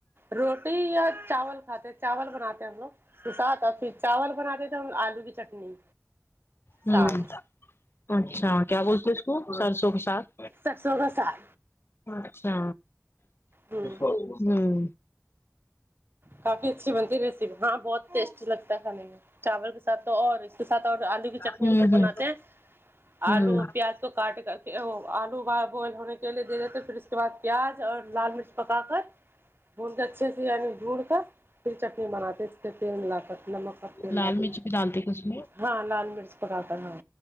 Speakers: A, on the right (about 45°); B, on the left (about 50°).
A: روٹی یا چاول کھاتے چاول بناتے ہیں ہم لوگ ساتھ اور پھر چاول بناتے تھے ہم آلو کی چٹنی
B: امم
A: ساگ
B: اچھا کیا بولتے اس کو سرسوں کے ساتھ
A: سر سو کا ساگ
B: اچھا
A: ہوں
B: امم
A: کافی اچھی بنتی ہے ہاں بہت ٹیسٹی لگتا ہے کھانے میں چاول کے ساتھ تو اور اس کے ساتھ اور آلو کی چٹنی
B: ہوں
A: ہم لوگ بناتے ہیں
B: ہوں
A: آلو پیاز کو کاٹ کر کے وہ آلو بوائل ہونے کے کیلے دے دیتے پھر اس کے بعد پیاز اور لال مرچ پکا کر بھون کے اچھے سے یعنی بتا پھر چٹنی بناتے اس کے تیل ملا کر نمک کا تیل
B: لال
A: ڈالتے
B: مرچ بھی ڈالتے کہ اس
A: ہاں لال مرچ پکا کر ہاں